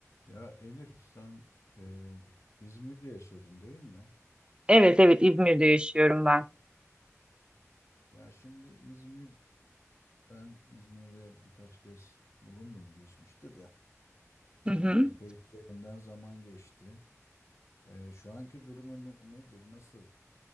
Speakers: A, on the left; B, on the right.
A: Ya Elif sen e, İzmir'de yaşıyordun değil mi?
B: Evet evet İzmir'de yaşıyorum ben.
A: Ya şimdi İzmir, ben İzmir'de birkaç kez bulundum geçmişte de. Şimdi
B: Hı hı.
A: epey üzerinden zaman geçti. E, şu anki durumu ne- nedir? Nasıl